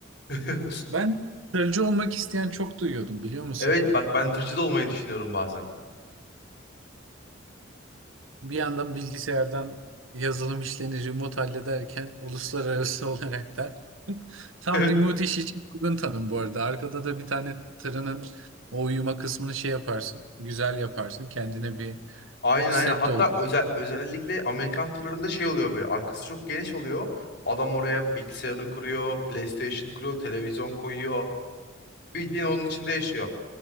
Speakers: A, on the left; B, on the right.
A: <laughs>
B: Ben tırcı olmak isteyen çok duyuyordum biliyor musun?
A: Evet bak ben tırcı da olmayı düşünüyorum bazen.
B: Bir yandan bilgisayardan yazılım işlerini remote hallederken uluslararası <laughs> olarak da tam
A: <laughs>
B: remote iş için uygun tanım bu arada. Arkada da bir tane tırının o uyuma kısmını şey yaparsın. Güzel yaparsın. Kendine bir
A: Aynen
B: set
A: aynen. Hatta
B: de ol.
A: özel, özellikle Amerikan turlarında şey oluyor böyle. Arkası çok geniş oluyor. Adam oraya bilgisayarını kuruyor, PlayStation kuruyor, televizyon koyuyor. Bildiğin onun içinde yaşıyor.